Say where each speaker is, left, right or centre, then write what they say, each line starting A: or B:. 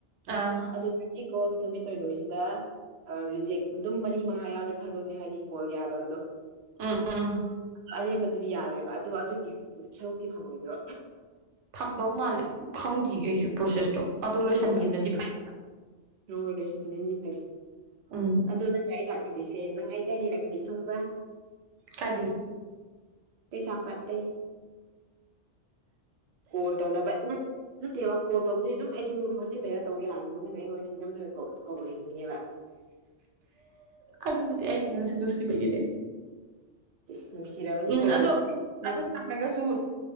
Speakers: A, on the right (about 80°); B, on the right (about 55°).
A: ꯑꯥ
B: ꯑꯗꯨ ꯏꯀꯣꯜꯁ ꯁꯃꯤꯠꯇ ꯇꯧꯗꯣꯏꯁꯤꯗ ꯑꯥ ꯔꯤꯖꯦꯛ ꯑꯗꯨꯝ ꯃꯔꯤ ꯃꯉꯥ ꯌꯥꯎꯔꯦ ꯈꯜꯂꯣꯅꯦ ꯍꯥꯏꯗꯤ ꯀꯣꯜ ꯌꯥꯗꯕꯗꯣ
A: ꯎꯝ ꯎꯝ ꯎꯝ
B: ꯑꯔꯦꯝꯕꯗꯨꯗꯤ ꯌꯥꯔꯦꯕ ꯑꯗꯣ ꯑꯗꯨꯒꯤ ꯁꯔꯨꯛꯇꯤ ꯐꯪꯉꯣꯏꯗ꯭ꯔꯣ
A: ꯊꯝꯕꯥ ꯃꯥꯜꯂꯦ ꯈꯪꯗ‌ꯦ ꯑꯩꯁꯨ ꯄ꯭ꯔꯣꯁꯦꯁꯇꯣ ꯑꯗꯨ
B: ꯈꯪꯗ‌ꯦ
A: ꯂꯣꯏꯁꯤꯟꯈꯤꯕꯅꯗꯤ
B: ꯑꯗꯨꯗ‌ꯣ
A: ꯐꯩꯗꯅ
B: ꯅ‌ꯣ ꯔꯤꯂ‌ꯦꯁꯟꯗꯨꯟꯗꯤ ꯐꯩ
A: ꯎꯝ
B: ꯑꯗꯣ ꯅꯪꯅ ꯑꯩ ꯂꯥꯛꯍꯜꯂꯤꯁꯦ ꯅꯪ ꯑꯩ ꯀꯥꯏꯗꯩ ꯂꯥꯛꯍꯜꯂꯤ ꯈꯪꯕ꯭ꯔꯥ
A: ꯀꯥꯗꯤ
B: ꯀꯩꯁꯥꯝꯄꯥꯠꯇꯩ ꯀꯣꯜ ꯇꯧꯅꯕ ꯅꯠꯇꯦꯕ ꯀꯣꯜ ꯇꯧꯕꯗꯤ ꯑꯗꯨꯝ ꯑꯩꯁꯨ ꯁꯤꯗꯔ <inaudible> ꯇꯧ ꯌꯥꯔꯗꯨꯕꯨ ꯅꯪ ꯑꯩꯉꯣꯟꯁꯤ ꯅꯝꯗꯨꯅ ꯀꯧꯗꯨꯅꯦꯕ
A: ꯑꯗꯨꯕꯨꯗꯤ ꯑꯩꯅ ꯅꯪꯁꯦ ꯅꯨꯡꯁꯤꯕꯒꯤꯅꯦ
B: ꯏꯁ ꯅꯨꯡꯁꯤꯔꯕꯅꯤ
A: ꯎꯝ
B: ꯁꯣꯏꯗ꯭ꯔꯦ
A: ꯑꯗꯣ
B: ꯅꯪ
A: ꯑꯗꯨ ꯐꯪꯗ꯭ꯔꯒꯁꯨ